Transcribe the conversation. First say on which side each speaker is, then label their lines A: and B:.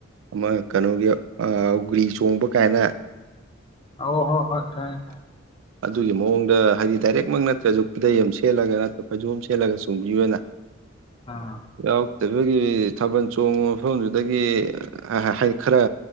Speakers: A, on the right; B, on the left.
A: ꯑꯃ ꯀꯩꯅꯣꯒꯤ ꯑ ꯑꯧꯒ꯭ꯔꯤ ꯆꯣꯡꯕ ꯀꯥꯏꯅ
B: ꯑꯧ ꯍꯣ ꯍꯣꯏ ꯈꯪꯉꯦ ꯈꯪꯉꯦ
A: ꯑꯗꯨꯒꯤ ꯃꯑꯣꯡꯗ ꯍꯥꯏꯗꯤ ꯗꯥꯏꯔꯦꯛꯃꯛ ꯅꯠꯇ꯭ꯔꯖꯨ ꯈꯨꯗꯩ ꯑꯃ ꯁꯦꯠꯂꯒ ꯅꯠꯇ꯭ꯔ ꯐꯩꯖꯣꯝ ꯁꯦꯠꯂꯒ ꯆꯣꯡꯕꯤꯌꯣꯅ
B: ꯑꯥ
A: ꯌꯥꯎꯔꯛꯕꯒꯤ ꯊꯥꯕꯟ ꯆꯣꯡꯕ ꯃꯐꯝꯗꯨꯗꯒꯤ <unintelligible> ꯍꯥꯏꯗꯤ ꯈꯔ